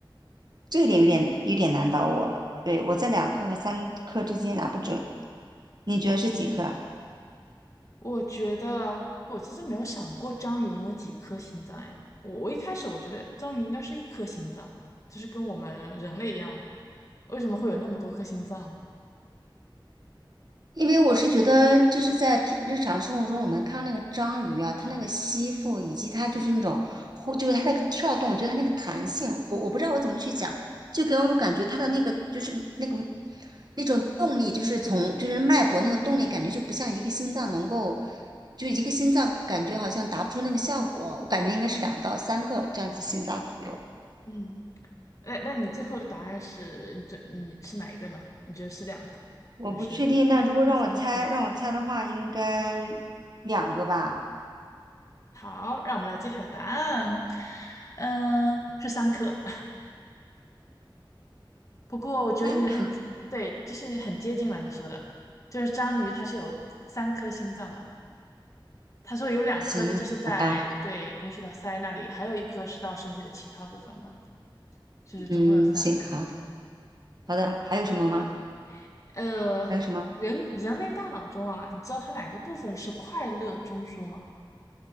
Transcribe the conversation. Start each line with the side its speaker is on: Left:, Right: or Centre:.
Right: 这一点有点有点难倒我了。对，我在两颗和三颗之间拿不准，你觉得是几颗啊？
Left: 我觉得我其实没有想过章鱼能有几颗心脏哎，我我一开始我觉得章鱼应该是一颗心脏，就是跟我们人类一样啊，为什么会有那么多颗心脏呢？
Right: 因为我是觉得，就是在平日常生活中，我们看到那个章鱼啊，它那个吸附，以及它就是那种呼，就是它那个跳动，就是它那个弹性，我我不知道我怎么去讲，就给我感觉它的那个就是那个那种动力，就是从就是脉搏那个动力，感觉就不像一个心脏能够，就一个心脏感觉好像达不出那个效果，我感觉应该是两到三个这样子心脏左右，
Left: 嗯，那那你最后的答案是，你这你是哪一个呢？你觉得是两颗还是三颗？
Right: 我不确定。那如果让我猜，让我猜的话，应该两个吧，
Left: 好，让我们来揭晓答案，嗯，是三颗。不过我觉得你很，
Right: 三颗。
Left: 对，就是很接近了你说的，就是章鱼它是有三颗心脏的。他说有两颗呢，
Right: 行，
Left: 就是在对供血到腮那里，
Right: 好吧。
Left: 还有一颗是到身体的其他部分管，就是总共有三颗。
Right: 嗯，行，好，好的，还有什么吗？
Left: 好，呃，
Right: 还有什么？
Left: 人人类大脑中啊，你知道它哪个部分是快乐中枢吗？